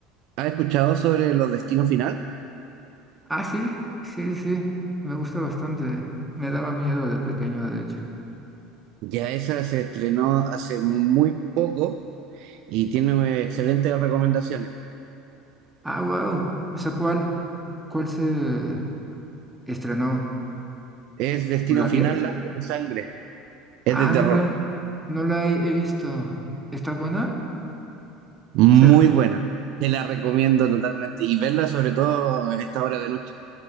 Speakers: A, on the right; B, in the centre.
A: ¿has escuchado sobre Los Destinos Final?
B: Ah, sí, sí, sí, me gusta bastante. Me daba miedo de pequeño, de hecho.
A: Ya esa se estrenó hace muy poco y tiene excelentes recomendaciones.
B: Ah, wow. O sea, ¿cuál, cuál se estrenó?
A: Es Destino
B: ¿La
A: Final,
B: 10?
A: Lazos de Sangre. Es de
B: Ah,
A: terror.
B: no la, no la he he visto. ¿Está buena?
A: Muy
B: Se res-
A: buena. Te la recomiendo totalmente y verla sobre todo a esta hora de noche.